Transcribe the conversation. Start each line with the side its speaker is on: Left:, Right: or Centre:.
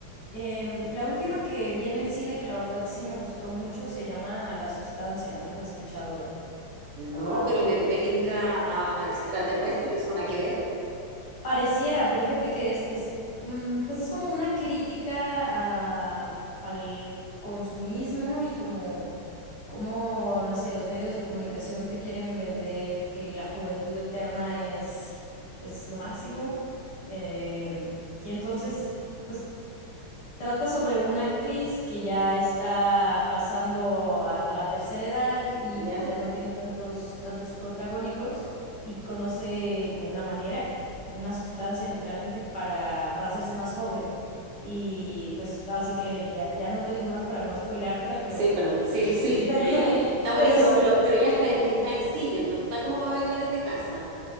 Left: Em, la última que vi en el cine, que la verdad sí me gustó mucho, se llama La Sustancia. No si has escuchado eh, hablar
Right: No,
Left: de
Right: pero
Left: ella.
Right: me, me tinca a, a extraterrestres o nada que ver,
Left: Pareciera, pero fíjate que es, es, mm, pues es como una crítica a- al consumismo y como, como, no sé, los medios de comunicación te quieren vender que la juventud eterna es, es lo máximo. Em, y entonces, pues Trata sobre una actriz que ya está pasando a, a la tercera edad y
Right: ¿ya?
Left: pues ya no tiene tantos, tantos protagónicos y conoce como una manera, una sustancia literalmente para, para hacerse más joven. Y pues así que ya, ya no te digo más para no spoileártela, pero,
Right: Sí, pero <laughs> sí, sí.
Left: <laughs> pero,
Right: Está buenísima,
Left: pero sí,
Right: pero, pero ya está, está en cine, no está como para verla desde casa.